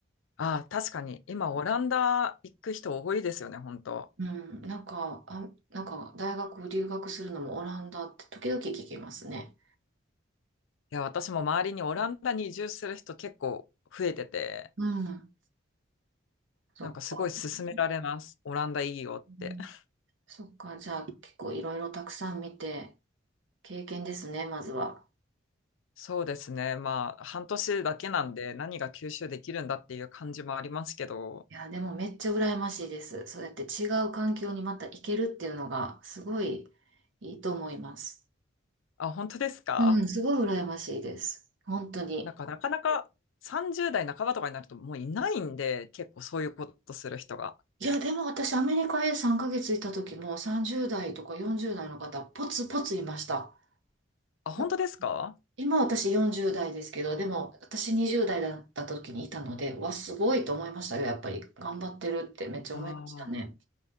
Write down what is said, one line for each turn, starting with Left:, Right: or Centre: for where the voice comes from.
Left: ああ、確かに。今、オランダ行く人多いですよね、本当。
Right: うん、なんか、あ、なんか大学留学するのもオランダって時々聞きますね。
Left: いや、私も周りにオランダに移住する人結構増えてて、
Right: うん。そっか。
Left: なんかすごい勧められます。オランダいいよって。
Right: うん
Left: <laughs>
Right: そっか。じゃあ結構いろいろたくさん見て、経験ですね、まずは。
Left: そうですね。まあ、半年だけなんで何が吸収できるんだっていう感じもありますけど。
Right: いや、でもめっちゃ羨ましいです。そうやって違う環境にまた行けるっていうのがすごいいいと思います。
Left: あ、本当ですか
Right: うん、すごい羨ましいです。本当に。
Left: なんか、なかなか30代半ばとかになるともういないんで、結構そういうことする人が。
Right: いや、でも私、アメリカへ3ヶ月いた時も30代とか40代の方、ポツポツいました。
Left: あ、本当ですか
Right: だから今私40代ですけど、でも私20代だった時にいたので、わ、すごいと思いましたよ。やっぱり頑張ってるってめっちゃ思いましたね。
Left: ああー。